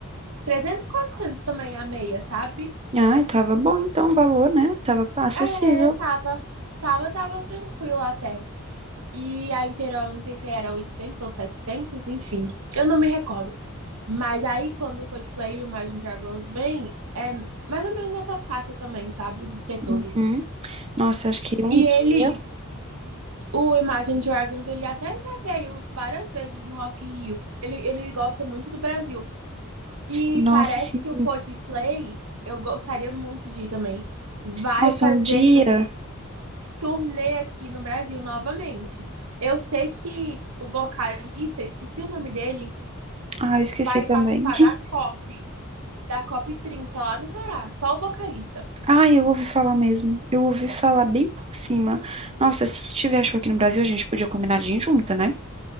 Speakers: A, on the right; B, on the right.
A: 300, 400 também a meia, sabe?
B: Ai, tava bom então o valor, né? Tava acessível.
A: É, tava, tava, tava tranquilo até. E a inteira, eu não sei se era 800 ou setecentos enfim, eu não me recordo. Mas aí, quando o Coldplay e o Imagine Dragons vem, é mais ou menos essa faixa também, sabe? Os setores.
B: Uhum. Nossa, acho que um
A: E
B: dia.
A: ele, o Imagine Dragons, ele até já veio várias vezes no Rock in Rio. Ele, ele gosta muito do Brasil. E
B: Nossa,
A: parece
B: sim.
A: que o Coldplay, eu gostaria muito de ir também, vai
B: Nossa,
A: fazer.
B: um dia.
A: turnê aqui no Brasil novamente. Eu sei que o vocalista, esqueci o nome dele,
B: Ah, eu esqueci
A: vai
B: também.
A: participar
B: <laughs>
A: da COP, da COP 30 lá no Pará, só o vocalista.
B: Ah, eu ouvi falar mesmo. Eu ouvi falar bem por cima. Nossa, se tiver show aqui no Brasil, a gente podia combinar de ir junta, né?